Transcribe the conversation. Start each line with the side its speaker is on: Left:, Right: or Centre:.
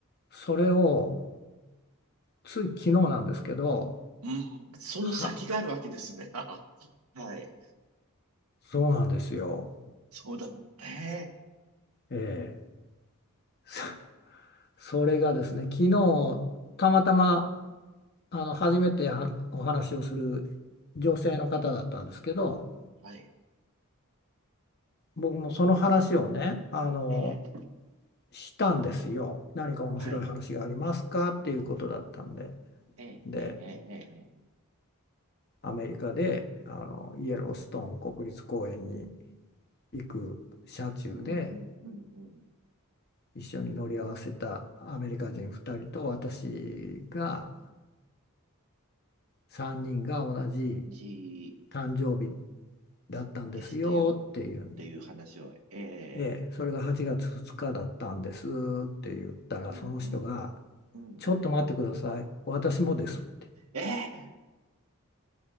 Left: それをつい昨日なんですけど、
Right: うん、その先があるわけですね。
Left: は、
Right: <laughs> はい。
Left: そうなんですよ。
Right: そうだ。ええ。
Left: ええそ <laughs> それがですね、昨日たまたま
Right: はい。
Left: あの初めてはお話をする女性の方だったんですけど、
Right: はい。
Left: 僕もその話をね、あの、
Right: ええ
Left: したんですよ。何か面白い話がありますかっていうことだったんで。
Right: はい。ええ、
Left: で、
Right: ええ、ええ、ええ。ええ
Left: アメリカであのイエローストーン国立公園に行く車中で
Right: うん、うん、うん、
Left: 一緒に乗り合わせたアメリカ人2人と私が3人が同じ
Right: うん。じ
Left: 誕生日だったんですよっていうんで、
Right: でしたよっていう話を、ええ、
Left: ええ、それが8月2日だったんですって言ったらその人が
Right: うん、うん、うん、うん、
Left: 「ちょっと待ってください私もです」って
Right: うん。ええ、